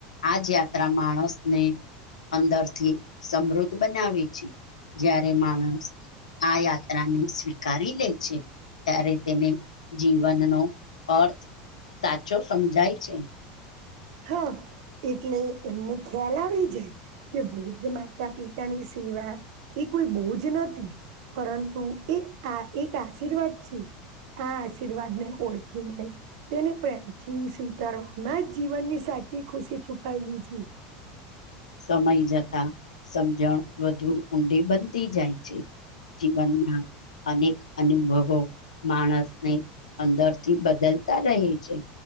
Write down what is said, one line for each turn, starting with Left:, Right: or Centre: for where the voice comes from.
Left: આ જ યાત્રા માણસને અંદરથી સમૃદ્ધ બનાવે છે જયારે માણસ આ યાત્રાને સ્વીકારી લે છે ત્યારે તેને જીવનનોો અર્થ સાચો સમજાય છે
Right: હા એટલે એમને ખ્યાલ આવી જાય કે વૃદ્ધ માતા પિતાની સેવા એ કોઈ બોજ નથી પરંતુ એ આ એક આશીર્વાદ છે આ આશીર્વાદ ને ઓળખીને તેને પ્રેમથી સ્વીકારવામાં જ જીવનની સાચી ખુશી છુપાયેલી છે
Left: સમય જતા સમજણ વધુ ઊંડી બનતી જાય છે જીવનના અનેક અનુભવો માણસ નહી અંદર થી બદલતા રહે છે